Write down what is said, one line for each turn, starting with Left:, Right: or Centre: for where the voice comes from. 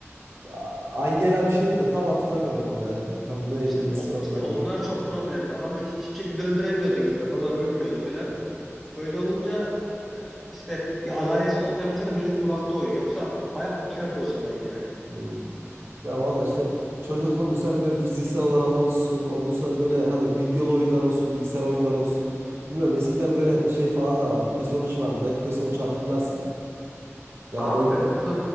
Right: e, Angela bir şeydi de tam hatırlamıyorum onu yani. Tam ne
Centre: İşte
Right: ismi
Centre: o
Right: hatırlamıyorum.
Centre: işte onlar çok problemdi. Adamı hiç- hiçbir şekilde öldüremiyordun yani. Adamlar ölmüyordu falan. Öyle olunca e, işte bir adaletsiz olmaya başladı. Millet bıraktı oyunu. Yoksa baya popülerdi o zaman yani.
Right: Hmm. Ya valla işte çocukluğumu sen böyle fiziksel olarak olsun ondan sonra böyle hani videolu oyunlar olsun bilgisayar oyunları olsun. Bilmiyorum eskiden böyle şey falan da vardı PES on üç vardı belki PES 13 hatırlarsın. Ya
Centre: Abi
Right: oy...
Centre: ben PES